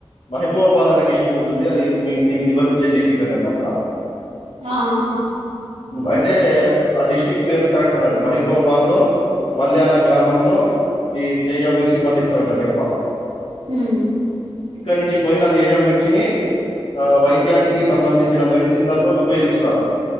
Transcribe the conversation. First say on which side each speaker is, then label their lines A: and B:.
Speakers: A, on the left; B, on the right.
A: మహబూబాబాద్ అనే డిస్టిక్ట్ ఉంటుంది. అది మీ నేను నివసించే డిస్టిక్ అన్నట అక్కడ
B: ఆహ్ హ
A: అయితే ఆ డిస్టి్రిక్ట్ పేరు కరెక్ట్ అన్నట్టు. మహూబాబాద్ లో మల్యాల గ్రామం లో ఈ తేజ మర్చి పండిస్తారు అన్నట ఎక్కువ.
B: ఉహ్మ్
A: ఇక్కడి నుంచి పోొయిన తేజ మిర్చిని. ఆ వైద్యానికి సంబంధించిన మెడిసిన్లలో ఉపయోగిస్తారు.